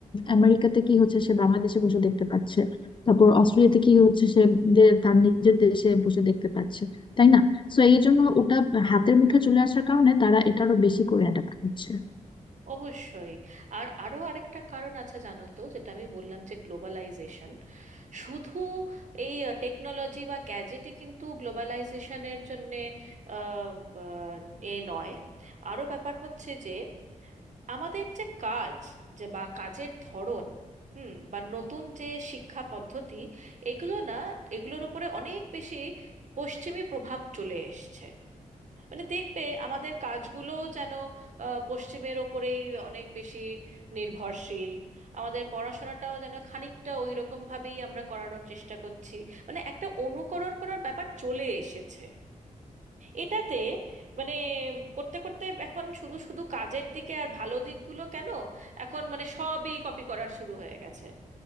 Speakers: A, on the left; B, on the right.
A: আমেরিকাতে কি হচ্ছে সে বাংলাদেশে বসে দেখতে পাচ্ছে তারপর অস্ট্রেলিয়াতে কি হচ্ছে সে দে- তার নিজের দেশে বসে দেখতে পাচ্ছে তাই না সো এই জন্য ওটা হাতের মুঠোয় চলে আসার কারণে তারা এটারও বেশি করে অ্যাডাপ্ট করছে
B: অবশ্যই আর আরো আরেকটা কারণ আছে জানো তো যেটা আমি বললাম যে গ্লোবালাইজেশন শুধু এই টেকনোলজি বা গ্যাজেটে কিন্তু গ্লোবালাইজেশনের জন্যে আহ, আহ, এ নয় আরো ব্যাপার হচ্ছে যে আমাদের যে কাজ যে বা কাজের ধরন হুম বা নতুন যে শিক্ষা পদ্ধতি এগুলো না এগুলোর উপরে অনেক বেশি পশ্চিমী প্রভাব চলে এসছে মানে দেখবে আমাদের কাজগুলো যেন আহ, পশ্চিমের ওপরেই অনেক বেশি নির্ভরশীল আমাদের পড়াশোনাটাও যেন খানিকটা ওই রকম ভাবেই আমরা করানোর চেষ্টা করছি মানে একটা অনুকরণ করার ব্যাপার চলে এসেছে এটাতে মানে করতে করতে এখন শুধু শুধু কাজের দিকে আর ভালো দিকগুলো কেন এখন মানে সবই কপি করার শুরু হয়ে গেছে